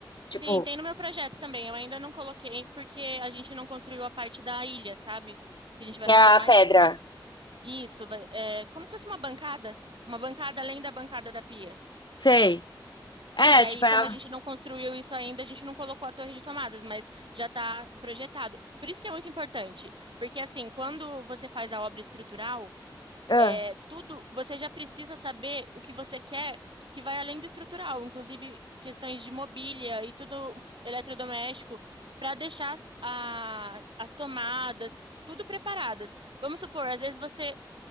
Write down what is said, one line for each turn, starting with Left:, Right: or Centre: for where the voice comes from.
Left: Tipo,
Right: Sim, tem no meu projeto também. Eu ainda não coloquei porque a gente não construiu a parte da ilha, sabe? Que a gente vai
Left: que
Right: fazer
Left: é
Right: uma
Left: a pedra.
Right: ilha. Isso, vai- é como se fosse uma bancada. Uma bancada além da bancada da pia.
Left: Sei. É,
Right: E aí,
Left: tipo,
Right: como
Left: é. a-
Right: a gente não construiu isso ainda, a gente não colocou a torre de tomadas, mas já está projetado. Por isso que é muito importante, porque assim, quando você faz a obra estrutural,
Left: ah,
Right: é tudo, você já precisa saber o que você quer que vai além do estrutural, inclusive questões de mobília e tudo eletrodoméstico, para deixar as a- as tomadas tudo preparadas. Vamos supor, às vezes você